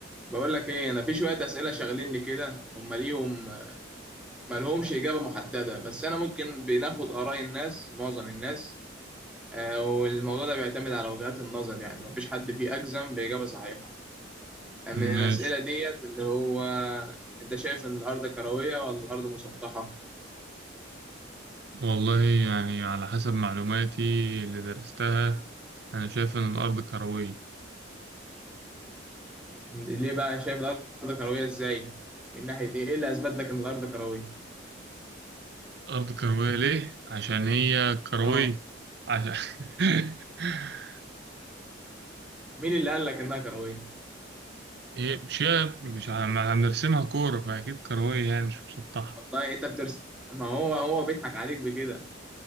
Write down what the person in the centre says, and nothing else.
بقول لك ايه انا في شويه اسئله شاغليني كده هم ليهم ما لهمش اجابه محدده بس انا ممكن بناخد اراء الناس معظم الناس آه، والموضوع ده بيعتمد على وجهات النظر يعني ما فيش حد فيه اجزم باجابه صحيحه آه، من الاسئله
ديت اللي هو انت شايف ان الارض كرويه ولا الارض مسطحه
ليه بقى شايف الارض كرويه ازاي من ناحيه ايه ايه اللي اثبت لك ان الارض كرويه
اه
مين اللي قال لك انها كرويه
والله انت بترسم ما هو هو بيضحك عليك بكده